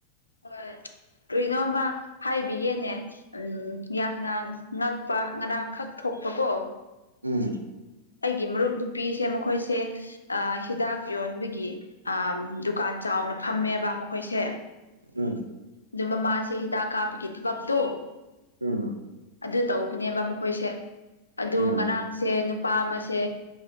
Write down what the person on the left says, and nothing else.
ꯍꯣꯏ ꯀꯔꯤꯅꯣꯃ ꯍꯥꯏꯕꯤꯒꯦꯅꯦ ꯎ ꯌꯥꯝꯅ ꯉꯛꯄ ꯉꯔꯥꯡꯈꯛ ꯊꯣꯛ ꯄꯥꯀꯣ
ꯑꯩꯒꯤ ꯃꯔꯨꯞ ꯅꯨꯄꯤꯁꯦ ꯃꯈꯣꯏꯁꯦ ꯍꯤꯗꯥꯛ ꯌꯣꯟ ꯌꯣꯟꯕꯥꯒꯤ ꯑ ꯗꯨꯀꯥꯟ ꯆꯥꯎꯅ ꯐꯝꯃꯦꯕ ꯃꯈꯣꯏꯁꯦ
ꯑꯗꯨ ꯃꯃꯥꯁꯦ ꯍꯤꯗꯥꯛ ꯀꯥꯞꯄꯒꯤ ꯊꯕꯛꯇꯣ
ꯑꯗꯨ ꯇꯧꯕꯅꯦꯕ ꯃꯈꯣꯏꯁꯦ ꯑꯗꯨ
ꯉꯔꯥꯡꯁꯦ ꯅꯨꯄꯥ ꯑꯃꯥꯁꯦ